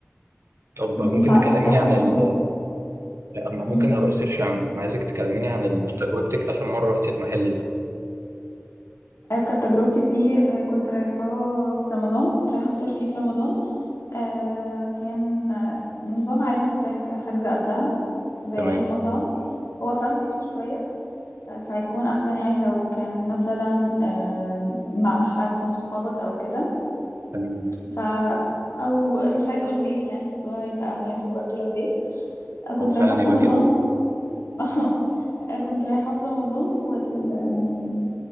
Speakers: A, on the right; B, on the left.
A: طب
B: مش
A: ممكن
B: عارفة
A: تكلميني
B: بصراحة
A: عن
B: موجود
A: ال آه، ممكن
B: مم.
A: هبقى سيرش عنه انا عايزك تكلميني عن ال- تجربتك اخر مره رحت المحل ده
B: آه، كانت تجربتي فيه آه، كنت رايحة في رمضان كنت رايحة أفطر فيه في رمضان آه، كان آه، النظام عادي محتاج حجز قبلها زي
A: تمام
B: أي مطعم هو فانسي شوية آه، فهيكون أحسن يعني لو كان مثلا آه، مع حد من صحابك أو كده
A: تمام
B: ف او مش عايزه اقول ديت يعني بس هو هيبقى مناسب برضو لو ديت كنت
A: هو فعلا
B: رايحه في
A: يبقى
B: رمضان
A: كده
B: <laughs> اه كنت رايحه في رمضان وال...